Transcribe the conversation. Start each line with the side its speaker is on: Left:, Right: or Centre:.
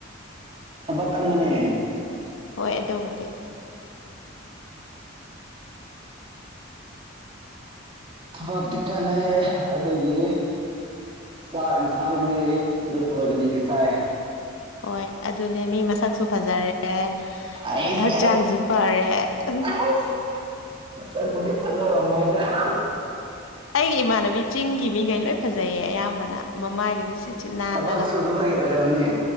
Right: ꯊꯕꯛ ꯀꯟꯕꯅꯦ
Left: ꯍꯣꯏ ꯑꯗꯨꯕꯨꯗꯤ
Right: ꯊꯕꯛꯇꯤ ꯀꯟꯅꯩꯌꯦ ꯑꯗꯨꯒꯤ ꯆꯥꯛ ꯌꯦꯟꯁꯥꯡꯒꯤ ꯑꯗꯨꯝ ꯑꯣꯔꯒꯅꯤꯛꯀꯤ ꯆꯥꯏꯌꯦ
Left: ꯍꯣꯏ ꯑꯗꯨꯅꯦ ꯃꯤ ꯃꯁꯛꯁꯨ ꯐꯖꯔꯦ ꯑꯦ
Right: ꯑꯩꯁꯦ
Left: ꯍꯛꯆꯥꯡꯁꯨ ꯐꯔꯦ ꯎ
Right: ꯑꯁ ꯑꯁ ꯃꯁꯛꯄꯨꯗꯤ ꯐꯖꯔꯝꯃꯣꯏꯗ <unintelligible>
Left: ꯑꯩꯒꯤ ꯏꯃꯥꯟꯅꯕꯤ ꯆꯤꯡꯒꯤ ꯃꯤꯈꯩ ꯂꯣꯏ ꯐꯖꯩꯌꯦ ꯑꯌꯥꯝꯕꯅ ꯃꯃꯥꯏꯒꯩꯁꯦ ꯁꯤ ꯁꯤ ꯅꯥꯜꯂꯒ
Right: ꯊꯕꯛ ꯁꯨꯗꯕꯒꯤ ꯑꯣꯏꯔꯝꯅꯤ